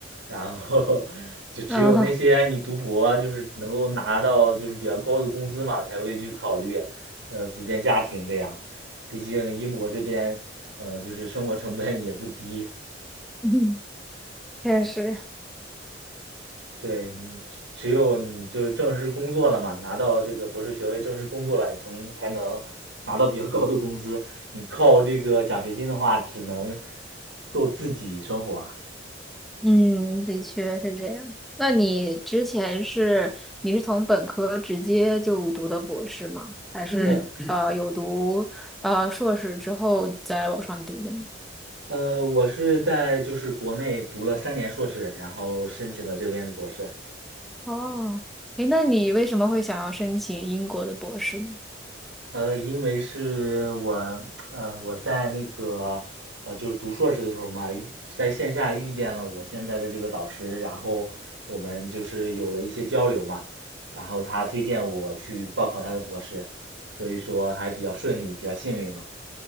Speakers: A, on the right; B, in the centre.
A: 然后 <laughs> 就只有那些你读博就是能够拿到就是比较高的工资嘛，
B: 啊，
A: 才会去考虑，呃，组建家庭这样，毕竟英国这边，呃，就是生活成本也不低。
B: 嗯，确实，
A: 对，你只只有你就是正式工作了嘛，拿到这个博士学位，正式工作了，才能才能拿到比较高的工资。你靠这个奖学金的话，只能够自己生活。
B: 嗯，的确是这样。那你之前是你是从本科直接就读的博士吗？还是嗯呃有读呃硕士之后再往上读的呢？
A: 呃呃，我是在就是国内读了三年硕士，然后申请的这边的博士。
B: 哦，诶，那你为什么会想要申请英国的博士呢？
A: 呃，因为是我，呃，我在那个，呃，就是读硕士的时候嘛，遇在线下遇见了我现在的这个导师，然后我们就是有了一些交流嘛，然后他推荐我去报考他的博士，所以说还比较顺利，比较幸运嘛。